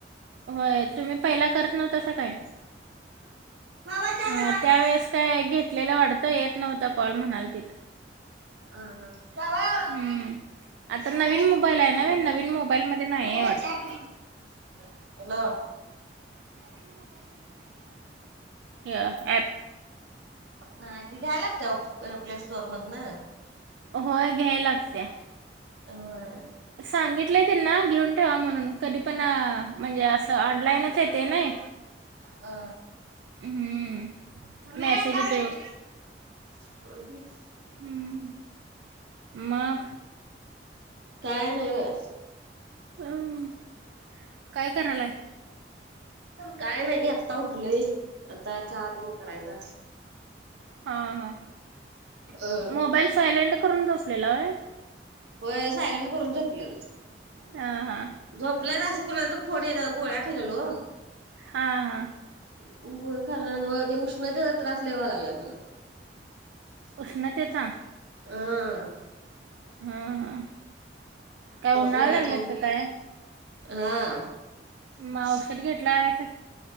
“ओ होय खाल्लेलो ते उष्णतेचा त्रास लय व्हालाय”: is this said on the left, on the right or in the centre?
Right